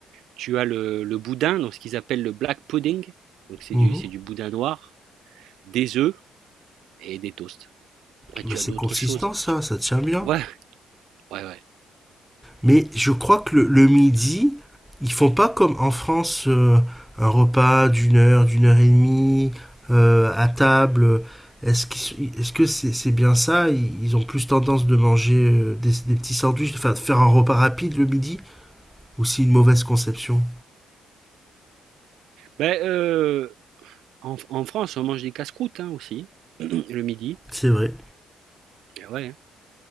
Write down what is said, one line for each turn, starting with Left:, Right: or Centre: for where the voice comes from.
Right: Tu as le, le boudin, donc ce qu'ils appellent le black pudding. Donc c'est
Centre: <laughs>
Right: du, c'est du boudin noir, des œufs et des toasts. Après,
Centre: Mais
Right: tu
Centre: c'est
Right: as d'autres
Centre: consistant
Right: choses.
Centre: ça,
Right: Tu-
Centre: ça tient bien.
Right: Ouais, ouais, ouais.
Centre: Mais je crois que le, le midi, ils font pas comme en France euh, un repas d'une heure, d'une heure et demie euh, à table. Est-ce qu'ils- est-ce que c'est c'est bien ça ils, ils ont plus tendance de manger euh, des, des petits sandwichs, enfin de faire un repas rapide le midi Ou c'est une mauvaise conception
Right: Ben, euh, en, en France, on mange des casse-croûtes hein, aussi, <clears throat> le midi.
Centre: C'est vrai.
Right: Eh Ouais. hein.